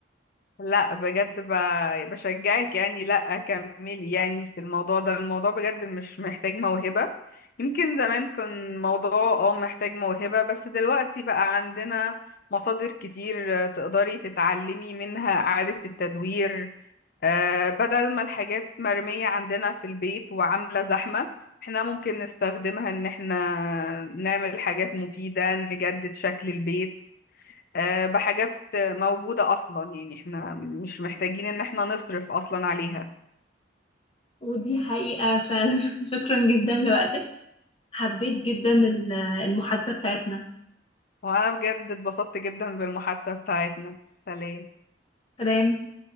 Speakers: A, on the left (about 55°); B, on the left (about 30°).
A: لا بجد ب- بشجعك يعني لا كملي يعني في الموضوع ده الموضوع بجد مش محتاج موهبة يمكن زمان كان موضوع اه محتاج موهبة بس دلوقتي بقى عندنا مصادر كتير آه، تقدري تتعلمي منها إعادة التدوير آه، بدل ما الحاجات مرمية عندنا في البيت وعاملة زحمة احنا ممكن نستخدمها ان احنا نعمل حاجات مفيدة نجدد شكل البيت آه، بحاجات موجودة أصلا يعني احنا مش محتاجين إن احنا نصرف أصلا عليها
B: ودي حقيقة فعلا <laughs> شكرا جدا لوقتك حبيت جدا ال- المحادثة بتاعتنا
A: وأنا بجد اتبسطت جدا بالمحادثة بتاعتنا سلام
B: سلام